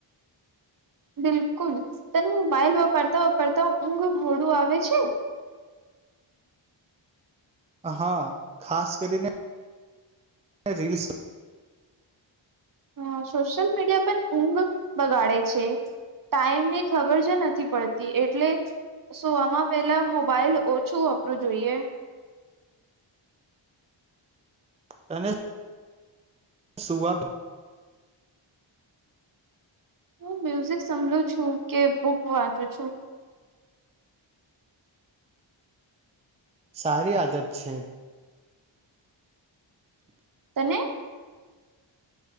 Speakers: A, on the right; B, on the right.
A: બિલકુલ તનેું બઇલ વપરતા વપરતા ઊંઘ મોડું આવે છે.
B: હા ખાસ કરીને રીલસ
A: હ સોશલ મીડિયા પણ ઊંઘ બગાડે છે. ટાઈમે ખબર જ નથી પડતી એટલે સુવામાં પેલા મોબાઈલ ઓછું વાપરું જોઈએ.
B: તને સુવા પે
A: હું મ્યુઝિક સમલુ છું, કે બુક વાંચું છું.
B: સારી આદત છે.
A: તને